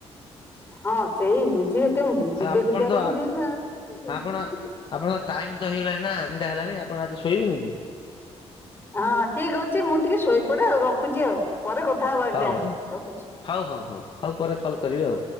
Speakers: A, on the left; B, on the left.
A: ହଁ ସେଇ ବୁଝିବେ। କେମତି ବିବେକ
B: ଆଉ ଆପଣ
A: ଦ୍ଵାରା
B: ତ
A: ବୁଝିବେ ନା ଆଉ।
B: ଆପଣ ଆପଣଙ୍କ ଟାଇମ ତ ହେଇଗଲାଣି ନା ତିନ ଟା ହେଲାଣି ଆପଣ ଆଜି ଶୋଇବେନି କି?
A: ହଁ ଠିକ ଅଛି ମୁଁ ଟିକେ ଶୋଇପଡେ ଆଉ ରଖୁଛି ଆଉ। ପରେ କଥା ହବ ଆଜ୍ଞା
B: ହଉ
A: ରଖୁଛି।
B: ହଉ ହଉ ହଉ ହଉ ପରେ କଲ୍ କରିବି ଆଉ।